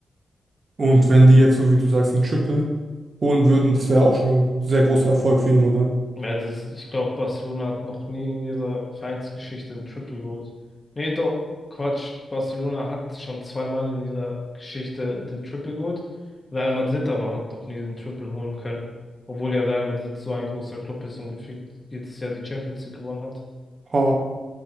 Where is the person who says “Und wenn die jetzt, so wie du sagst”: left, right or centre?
Right